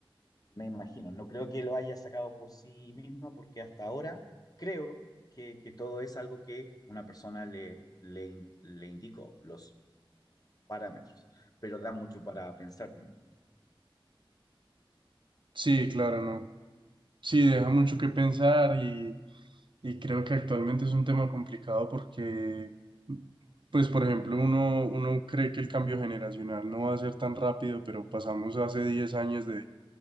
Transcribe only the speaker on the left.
Me imagino, no creo que lo haya sacado por sí mismo, porque hasta ahora creo que, que todo es algo que una persona le, le, in- le indicó, los parámetros, pero da mucho para pensar también.